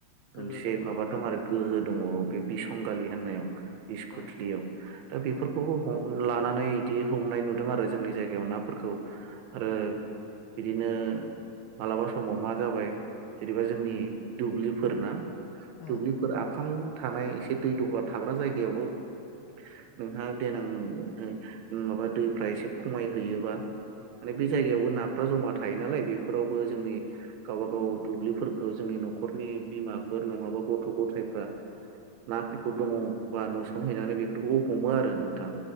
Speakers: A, on the left (about 75°); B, on the right (about 80°).
A: गोहो
B: मोनसे
A: दङ
B: माबा
A: ना
B: दं आरो गोहो दङ बे बिसंगालि होननायाव बिसकुथलियाव।
A: औ
B: दा बेफोरखौबो
A: उम
B: हम लानानै इदि हमनाय नुदों आरो जोंनि जायगायाव नाफोरखौ। आरो बिदिनो मालाबा समाव मा जाबाय जेनेबा जोंनि दुब्लिफोरना
A: उम
B: दुब्लिफोर आफां थानाय एसे दै दहला थाग्रा जायगायावबो नोंहा देनांहाय माबा दैफ्रा एसे खमायहैयोबा माने बे जायगायावबो नाफ्रा ज'मा थायो नालाय बेफोरावबो जोंनि गावबा गाव दुब्लिफोरखौ जोंनि न'खरनि बिमाफोर नङाबा गथ' गथायफ्रा नाफोरखौ दङ बा नुसनहैनानै बेफोरखौबो हमो आरो नोंथां।